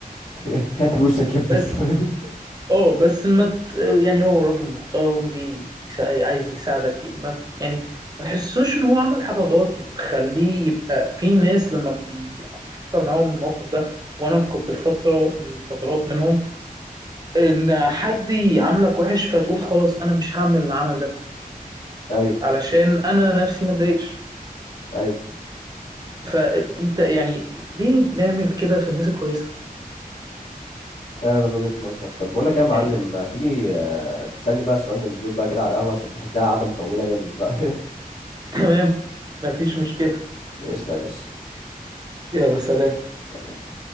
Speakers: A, on the left (about 80°); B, on the right (about 25°).
A: <laughs> هدر وشك يا ابني
B: بس
A: فاهم
B: اه بس ما ت... يعني هو راجل محترم جه يسا... عايز يساعدك ما ت- يعني ما تحسوش ان هو عمل حاجه غلط وتخليه يبقى في ناس لما بيحصل معاهم الموقف ده وانا كنت في فتره من فترات منهم ان حد يعاملك وحش فتقول خلاص انا مش هعمل العمل ده
A: ايوه
B: علشان انا نفسي ما اتضايقش
A: ايوه
B: فانت يعني ليه نعمل كده في الناس الكويسه
A: فعلا من وجهه نظر طب بقول لك إيه يا معلم
B: يعني
A: ما تيجي آه، تسالني بقى سؤال من دول بقى كده على القهوه عشان دي شكلها قاعده مطوله جامد بقى
B: <laughs> تمام مفيش مشكله
A: <laughs> قشطه يا باشا
B: يلا سلام
A: سلام.